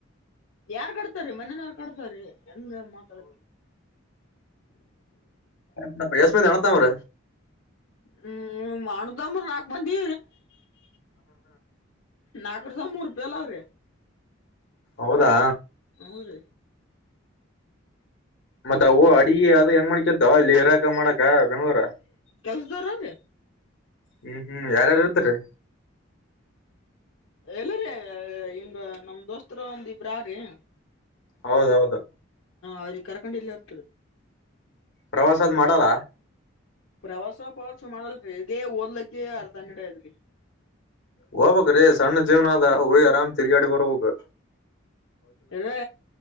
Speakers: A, on the left (about 75°); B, on the left (about 65°).
A: ಯಾರ್ ಕಡ್ತಾರೀ ಮನನ ಯಾರ್ ಕಡ್ತಾರಿ ಹೆಂಗ ಮಾತಾಡದ
B: ನ ಯಸ್ನ್ ನಣತ ಅವ್ರ
A: ಹ್ಮ್ ಮಾಡದಮ್ಮ್ರ ನಾಲ್ಕ ಮಂದೀ ನಾಕರ್ ಜ ಮೂರು ರೂಪಾಯಿಲ್ಲ ಅವ್ರೆ
B: ಹೌದಾ
A: <inaudible>
B: ಮತ್ತತ್ ಅವು ಅಡಗ ಅದು ಹೆಂಗ ಮಾಡಕದ ಅಲ್ಲಿ ಇರಾಕ ಮಾಡಕ ಬೆಂಗ್ಗಳೂರ
A: ಕೆಸ್ದರೆ ಅವೇ
B: ಹ್ಮ್ ಹ್ಮ್ ಯಾರಾರುದ್ರೀರೇ
A: ಎಲ್ಲರಿ ಹಿಂಗ ನಮ ದೋಸ್ತರ ಒಂದ ಇಬ್ರ್ರೀ ಹ
B: ಹೌದೌದು
A: ಅವ್ರಿಗೆ ಕರ್ಕೊಂಡು ಇಲ್ಲ ಇರ್ತದೆ.
B: ಪ್ರವಾಸದ್ ಮಾಡಲ್ಲ.
A: ಪ್ರವಾಸ ಪ್ರವಾಸ ಮಾಡಲ್ರಿ ಇದೇ ಓದ್ಲಕ್ಕ ಅರ್ಧನ್ನಡ ದರಿ.
B: ಹೋಗಬೇಕ್ರಿ ಸಣ್ಣ ಜೀವನ ಆದ ಆರಾಮ ತಿರಿಗಾಡೆ ಬರಬಕ.
A: ಇರ